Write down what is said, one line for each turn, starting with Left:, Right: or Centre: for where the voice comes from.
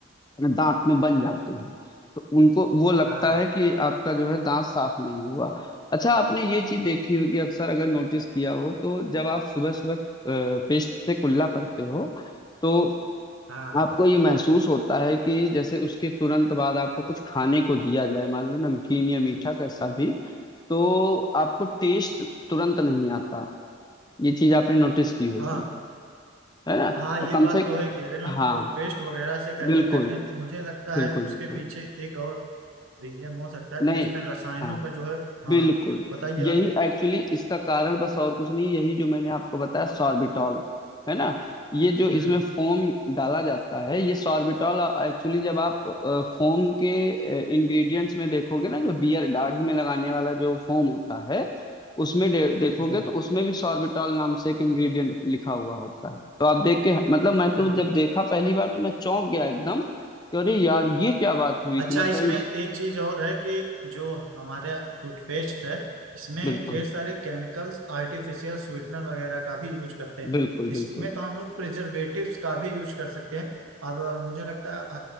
Left: दांत में बन जाते हैं तो उनको वो लगता
Right: हाँ
Left: है कि आपका जो है दांत साफ नहीं हुआ अच्छा आपने ये चीज देखी होगी अक्सर अगर नोटिस किया हो तो जब आप सुबह सुबह पेस्ट से कुल्ला करते हो तो
Right: हाँ
Left: आपको ये महसूस होता है कि जैसे उसके तुरंत बाद आपको नमकीन, कुछ खाने को दिया जाए मान लो नमकीन या मीठा कैसा भी तो आपको टेस्ट तुरंत नहीं आता ये चीज आपने नोटिस की होगी
Right: हाँ
Left: है ना
Right: हाँ
Left: और
Right: ये
Left: कम
Right: बात
Left: से
Right: तो है कि अगर जो हम
Left: हाँ
Right: टूथपेस्ट वगैरह से करके
Left: बिल्कुल
Right: करते हैं मुझे लगता
Left: बिल्कुल
Right: है
Left: बिल्कुल
Right: उसके पीछे एक और रीजन हो सकता है
Left: नहीं
Right: कि उसमें रसायनों
Left: हाँ
Right: का जो है हाँ
Left: बिल्कुल
Right: बताइए
Left: यही
Right: आप
Left: एक्चुअली इसका कारण बस और कुछ नहीं यही जो मैंने आपको बताया सॉर्बिटॉल है ना ये जो
Right: हम्म
Left: इसमें फोम डाला जाता है ये सॉर्बिटॉल एक्चुअली जब आप फोम के इंग्रेडिएंट्स में देखोगे ना जो बियर दाढ़ी में लगाने वाला जो फोम होता है उसमें दे, देखोगे
Right: हम्म
Left: तो उसमें भी सॉर्बिटॉल नाम से एक इंग्रेडिएंट लिखा हुआ होता है तो आप देख के मतलब मैं तो
Right: हम्म
Left: जब देखा पहली बार तो मैं चौंक गया एकदम कि अरे यार ये क्या बात हुई
Right: अच्छा
Left: कि मतलब
Right: इसमें
Left: इस
Right: एक चीज और है कि जो हमारे टूथपेस्ट है इसमें
Left: बिल्कुल
Right: ढेर सारे केमिकल्स आर्टिफिशियल स्वीटनर वगैरह का भी यूज करते हैं
Left: बिल्कुल
Right: इसमें
Left: बिल्कुल
Right: तो हम लोग प्रिजर्वेटिव्स का भी यूज कर सकते हैं अब मुझे लगता है